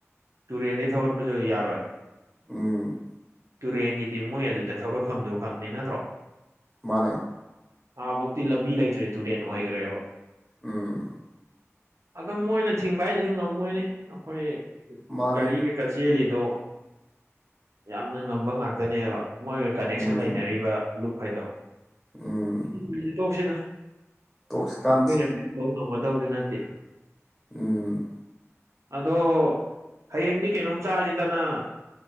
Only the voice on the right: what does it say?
ꯇꯨꯔꯦꯟꯗꯒꯤ ꯊꯧꯒꯠꯄꯁꯨ ꯌꯥꯔꯣꯏ
ꯇꯨꯔꯦꯟꯒꯤꯗꯤ ꯃꯣꯏ ꯑꯗꯨꯗ ꯊꯧꯒꯠꯐꯝꯗꯨ ꯈꯛꯅꯤ ꯅꯠꯇ꯭ꯔꯣ
ꯑꯥ ꯕꯧꯇꯤ ꯂꯝꯕꯤ ꯂꯩꯇ꯭ꯔꯦ ꯇꯨꯔꯦꯟ ꯑꯣꯏꯈ꯭ꯔꯦꯕ
ꯑꯗ‌ꯣ ꯃꯣꯏꯅ ꯊꯤꯡꯕ ꯍꯥꯏꯁꯤꯁꯨ ꯉꯝꯃ‌ꯣꯏꯅ‌ꯦ ꯑꯩꯈꯣꯏ
ꯒꯥꯔꯤ ꯀ ꯆꯦꯜꯂꯤꯗꯣ ꯌꯥꯝꯅ ꯉꯝꯕ ꯉꯥꯛꯇꯅꯦꯕ ꯃꯣꯏꯒ ꯀꯅꯦꯛꯁꯟ
ꯂꯩꯅꯔꯤꯕ ꯂꯨꯞꯈꯩꯗꯣ
ꯁꯤ ꯋꯥꯔꯤ ꯇꯣꯛꯁꯤꯗ
ꯑꯩꯈꯣꯏꯅ ꯀꯔꯤꯝ ꯇꯧ ꯉꯝꯒ ꯇꯧꯁꯨ ꯅꯠꯇꯦ
ꯑꯗꯣ ꯍꯌꯦꯡꯗꯤ ꯀꯩꯅꯣꯝ ꯆꯥꯁꯤꯗꯅ